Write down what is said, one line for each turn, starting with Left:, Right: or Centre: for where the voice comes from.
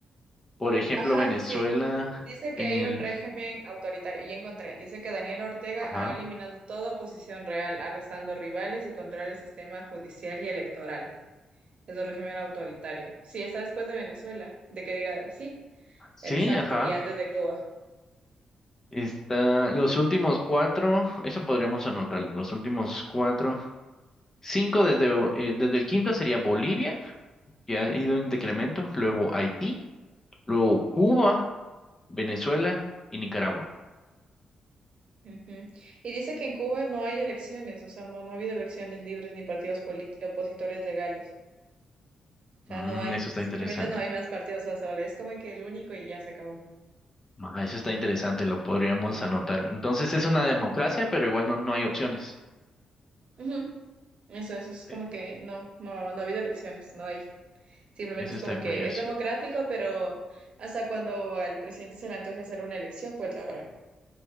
Left: Por ejemplo,
Right: Ajá,
Left: Venezuela
Right: sí. Dice
Left: en
Right: que hay
Left: el...
Right: un régimen autoritario. Ya encontré. Dice que Daniela Ortega
Left: Ajá.
Right: ha eliminado toda oposición real, arrestando rivales y controla el sistema judicial y electoral. Es un régimen autoritario. Sí, está después de Venezuela, de que diga sí,
Left: Sí,
Right: exacto,
Left: ajá.
Right: y antes de Cuba.
Left: Está los últimos cuatro, eso podríamos anotar, los últimos cuatro, cinco desde, Bo- eh, desde el quinto sería Bolivia, que ha ido en decremento, luego Haití, luego Cuba, Venezuela y Nicaragua.
Right: Ujú. Y dice que en Cuba no hay elecciones, o sea, no, no ha habido elecciones libres ni partidos políticos opositores legales. O
Left: Mm,
Right: sea, no hay,
Left: eso está
Right: simplemente
Left: interesante.
Right: no hay más partidos, o sea, solo es como que el único y ya se acabó.
Left: Ah, eso está interesante, lo podríamos anotar. Entonces es una democracia, pero igual no, no hay opciones.
Right: Ujú. Eso, eso es
Left: Eh,
Right: como que no, no, no ha habido elecciones, no hay. Simplemente
Left: Eso
Right: es
Left: está
Right: como
Left: curioso.
Right: que es democrático, pero hasta cuando al presidente se le antoje hacer una elección, pues la habrá.